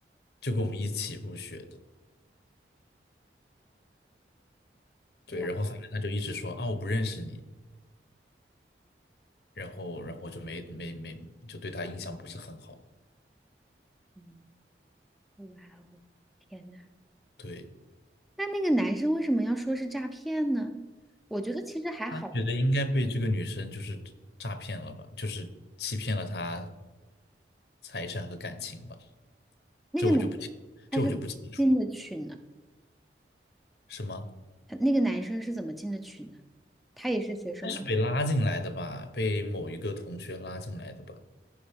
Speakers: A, on the left (about 65°); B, in the centre.
A: 就跟我们一起入学的。对，
B: 哇，
A: 然后反正他就一直说啊我不认识你，然后然后就没没没就对他印象不是很好。
B: 嗯，哇哦，天呐，
A: 对，
B: 那那个男生为什么要说是诈骗呢？我觉得其实还好。
A: 他觉得应该被这个女生就是诈骗了吧，就是欺骗了他财产和感情吧，
B: 那个男
A: 这我就不清，
B: 他是进的群呢，
A: 这我就不清楚了，是吗？
B: 他那个男生是怎么进的群呢？他也是学生吗？
A: 但是被拉进来的吧，被某一个同学拉进来的吧。